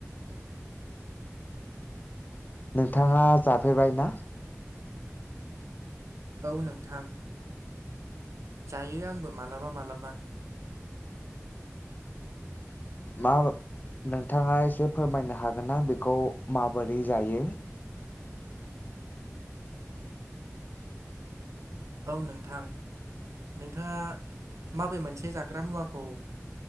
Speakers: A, on the left; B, on the right.
A: नोंथाङा जाफेरबाय ना
B: औ नोंथां जायो आंबो मालाबा मालाबा
A: मा नोंथाङा एसे फोरमायनो हागोन ना बेखौ माबोरै जायो।
B: औ नोंथां नोंथाङा माबे मोनसे जाग्रा मुवाखौ